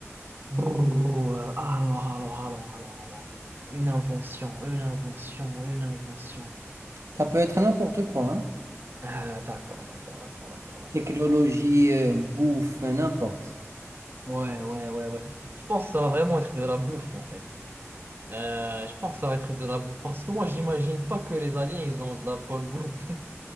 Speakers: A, on the right; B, on the right.
A: Brrr, euh, alors, alors, alors, alors, alors, alors. Une invention, une invention, une invention.
B: Ça peut être n'importe quoi, hein.
A: Ah, d'accord, d'accord, d'accord, d'accord, d'accord.
B: Technologie euh, bouffe, euh, n'importe.
A: Ouais, ouais, ouais, ouais. Je pense que ça va vraiment être de la bouffe, en fait. Euh, je pense que ça va être de la bouffe. Parce que moi, j'imagine pas que les aliens, ils ont de la bonne bouffe.